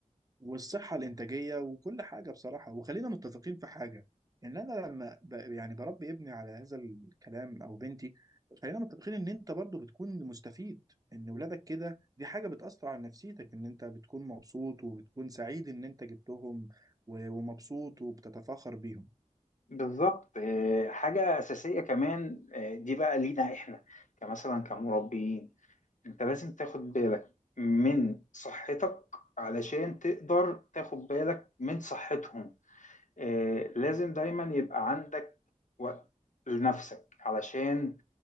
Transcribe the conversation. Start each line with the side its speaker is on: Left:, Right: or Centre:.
Right: والصحة الإنتاجية وكل حاجة بصراحة وخلينا متفقين في حاجة إن أنا لما ب... يعني بربي ابني على هذا الكلام أو بنتي خلينا متفقين إن أنت برضو بتكون مستفيد إن ولادك كده دي حاجة بتأثر على نفسيتك إن أنت بتكون مبسوط وبتكون سعيد إن أنت جبتهم و... ومبسوط وبتتفاخر بيهم
Left: بالظبط آه، حاجة أساسية كمان آه، دي بقى لينا إحنا كمثلا كمربيين أنت لازم تاخد بالك من صحتك علشان تقدر تاخد بالك من صحتهم آه، لازم دايما يبقى عندك وقت لنفسك علشان